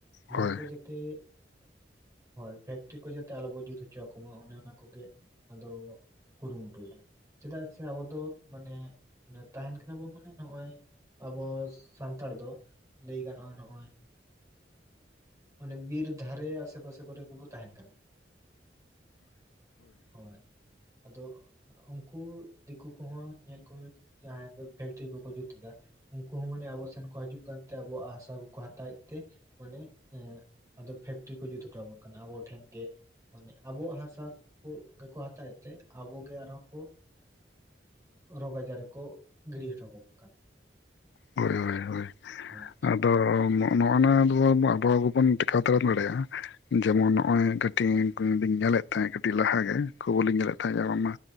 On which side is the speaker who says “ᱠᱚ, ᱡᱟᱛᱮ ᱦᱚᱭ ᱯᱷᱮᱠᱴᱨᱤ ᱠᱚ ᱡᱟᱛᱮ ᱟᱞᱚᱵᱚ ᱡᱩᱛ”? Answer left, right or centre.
Right